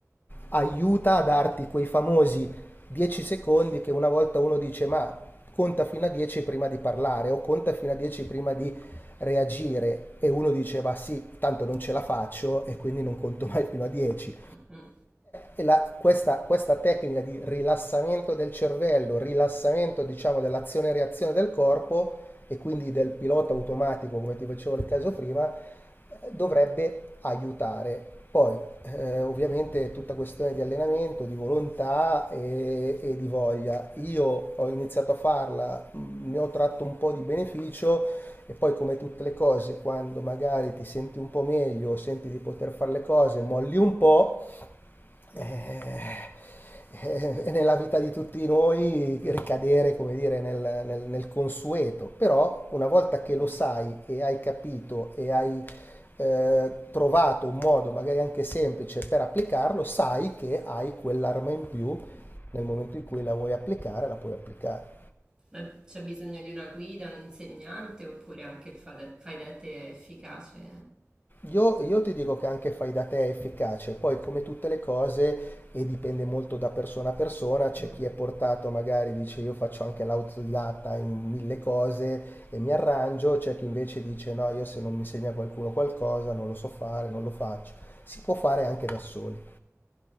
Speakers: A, on the left; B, on the right.
A: aiuta a darti quei famosi 10 secondi che una volta uno dice ma conta fino a 10 prima di parlare o conta fino a 10 prima di reagire e uno dice ma sì, tanto non ce la faccio e quindi non conto mai fino a 10
B: Mm-mm.
A: e la- questa, questa tecnica di rilassamento del cervello, rilassamento diciamo dell'azione e reazione del corpo e quindi del pilota automatico, come ti facevo nel caso prima, eh, dovrebbe aiutare. Poi, eh, ovviamente, è tutta questione di allenamento, di volontà e, e di voglia. Io ho iniziato a farla, mh, ne ho tratto un po' di beneficio e poi, come tutte le cose, quando magari ti senti un po' meglio, senti di poter fare le cose, molli un po'
B: Mm.
A: eh, eh, nella vita di tutti noi ricadere, come dire, nel, nel- nel consueto, però una volta che lo sai e hai capito e hai eh, trovato un modo magari anche semplice per applicarlo, sai che hai quell'arma in più nel momento in cui la vuoi applicare, la puoi applicare.
B: Ma c'è bisogno di una guida, un insegnante oppure anche il fade- fai da te è efficace?
A: Io, io ti dico che anche fai da te è efficace, poi come tutte le cose, e dipende molto da persona a persona, c'è
B: Mm,
A: chi è portato magari dice io faccio anche l'autodidatta in mille cose e mi arrangio, c'è chi invece dice no, io se non mi insegna qualcuno qualcosa non lo so fare, non lo faccio. Si può fare anche da soli.